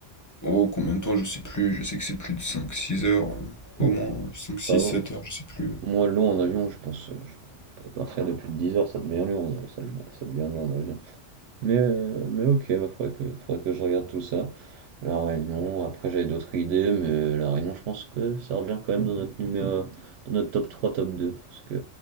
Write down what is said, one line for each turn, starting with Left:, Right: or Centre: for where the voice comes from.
Left: Oh, combien de temps, je sais plus, je sais que c'est plus de cinq six heures, euh,
Right: Bon,
Left: au moins
Right: euh,
Left: euh, cinq
Right: ça
Left: six
Right: va.
Left: sept
Right: hein.
Left: heures, je sais plus.
Right: Moi, long en avion, je pense, euh, je peux partir depuis 10 heures, ça devient long, en- ça, ça devient long en avion. Mais, heu, mais OK, bah, faudrait que faudrait que je regarde tout ça. La Réunion, après j'avais d'autres idées, mais La Réunion, je pense que ça revient quand même dans notre numéro dans notre top 3 top 2 parce que